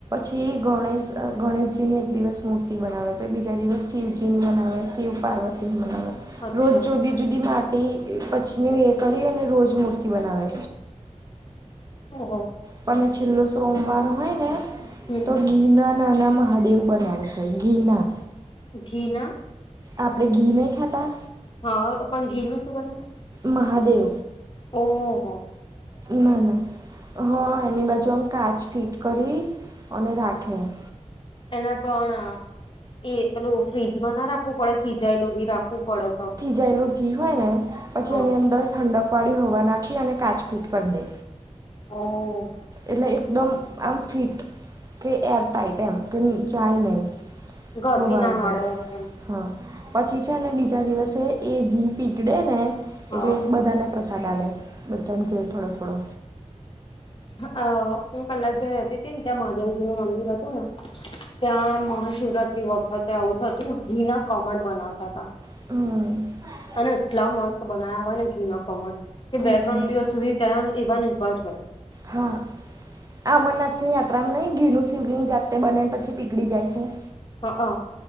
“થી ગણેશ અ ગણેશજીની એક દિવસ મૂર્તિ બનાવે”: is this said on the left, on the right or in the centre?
Right